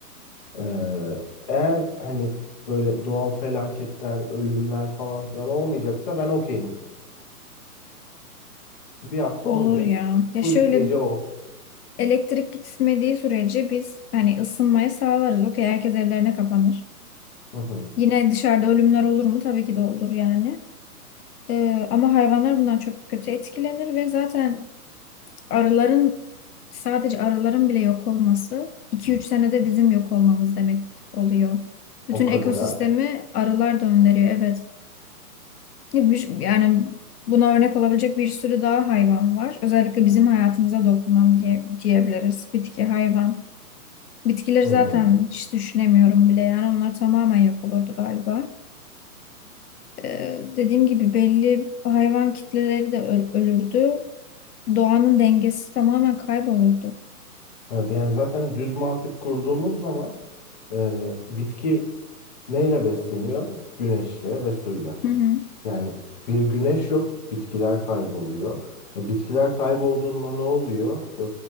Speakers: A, on the left; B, on the left.
A: Ee, eğer hani böyle doğal felaketler, ölümler falan filan olmayacaksa ben okeyim. Bir hafta
B: Olur
A: 10 gün
B: ya.
A: full
B: Ya şöyle
A: gece olsun.
B: elektrik gitmediği sürece biz hani ısınmayı sağlarız. Okey herkes evlerine kapanır.
A: Hı hı.
B: Yine dışarıda ölümler olur mu? Tabii ki de olur yani. Ee, ama hayvanlar bundan çok kötü etkilenir ve zaten arıların sadece arıların bile yok olması 2-3 senede bizim yok olmamız demek oluyor. Bütün
A: O kadara.
B: ekosistemi arılar döndürüyor evet. Bir- Yani buna örnek olabilecek bir sürü daha hayvan var. Özellikle bizim hayatımıza dokunan diye, diyebiliriz. Bitki, hayvan. Bitkileri
A: Hı.
B: zaten hiç düşünemiyorum bile yani onlar tamamen yok olurdu galiba. Ee, dediğim gibi belli hayvan kitleleri de öl- ölürdü. Doğanın dengesi tamamen kaybolurdu.
A: Evet yani zaten düz mantık kurduğumuz zaman e, bitki neyle besleniyor? Güneşle ve suyla.
B: Hı hı.
A: Yani bir güneş yok, bitkiler kayboluyor. E, bitkiler kaybolduğunda ne oluyor? E,